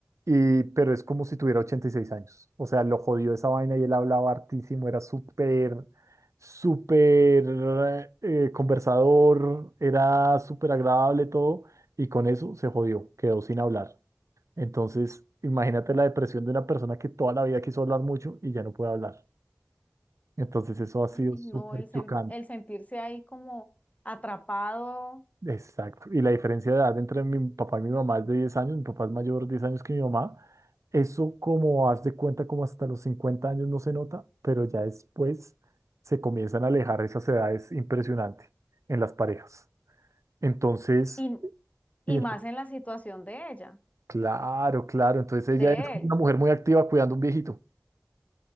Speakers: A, on the right (about 80°); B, on the left (about 30°).
A: y pero es como si tuviera 86 años. O sea, lo jodió esa vaina y él hablaba hartísimo, era súper, súper eh, conversador, era súper agradable todo, y con eso se jodió, quedó sin hablar. Entonces, imagínate la depresión de una persona que toda la vida quiso hablar mucho y ya no puede hablar. Entonces, eso ha sido
B: Ay,
A: súper
B: no, el, sen-
A: chocante.
B: el sentirse ahí como atrapado
A: Exacto. Y la diferencia de edad entre mi papá y mi mamá es de 10 años. Mi papá es mayor 10 años que mi mamá. Eso como haz de cuenta, como hasta los 50 años no se nota, pero ya después se comienzan a alejar esas edades impresionante en las parejas. Entonces,
B: y,
A: y
B: y
A: ento-
B: más en la situación de ella,
A: claro, claro. Entonces
B: de
A: ella es como
B: él.
A: una mujer muy activa cuidando a un viejito.